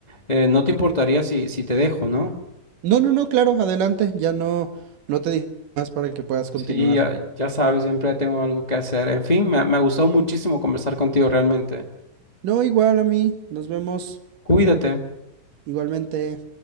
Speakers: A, on the left; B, on the right.
A: Eh, no te importaría si, si te dejo, ¿no?
B: No, no, no, claro, adelante, ya no, no te digo más para que puedas continuar.
A: Sí, ya, ya sabes, siempre tengo algo que hacer. En fin, me, ha- me ha gustado muchísimo conversar contigo realmente.
B: No, igual a mí, nos vemos
A: Cuídate.
B: igualmente.